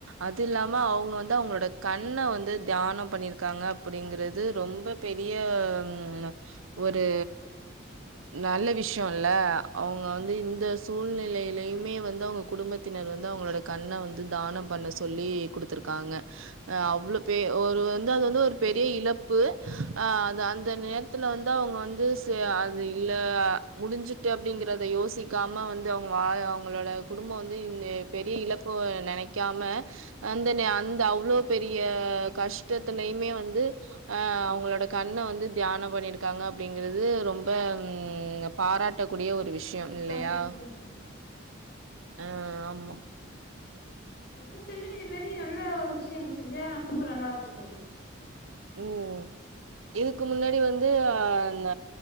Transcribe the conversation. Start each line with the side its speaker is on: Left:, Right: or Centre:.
Right: அதில்லாம அவ் க வந்து அவ்ங்ளோட கண்ண வந்து தியானம் பண்ணிருக்காங்க அப்டிங்கறது ரொம்ப பெரிய ம் ஒரு நல்ல விஷ்யோல்ல அவ்ங்க வந்து இந்த சூழ்நிலையிலய்மே வந்து அவுங்க குடும்பத்தினர் வந்து அவ்ங்களோட கண்ண வந்து தானம் பண்ண சொல்லி குடுத்துருக்காங்க அ அவ்ளோ பே அவுரு வந்து அது வந்து ஒரு பெரிய இழப்பு ஆ அந்த நேரத்துல வந்து அவ்ங்க வந்து செ அது இல்ல முடிஞ்சிட்டு அப்டிங்கறத யோசிக்காம வந்து அவுங்க வாய அவங்களோட குடும் போ வந்து இந்த பெரிய இழப்பு நெனைக்காம அந்த அந்த அவ்ளோ பெரிய கஷ்டத்திலய்மே வந்து அ அவங்களோட கண்ண வந்து தியான பண்ணிருக்காங்க அப்டிங்க றது ரொம்ப ம் பாராட்டக்கூடிய ஒ ரு விஷ்யம்
Left: அது
Right: இல்லையா
Left: பாராட்டக்கூடிய விஷயந்தா
Right: அ ஆமா
Left: ஒவ்வொருத்தருமே இது மேரி நல்லா விஷ்யங்கள் செஞ்சா <unintelligible> நல்லா இருக்குந்தோழி <inaudible>
Right: ம் இதுக்கு முன்னாடி வந்து அ ந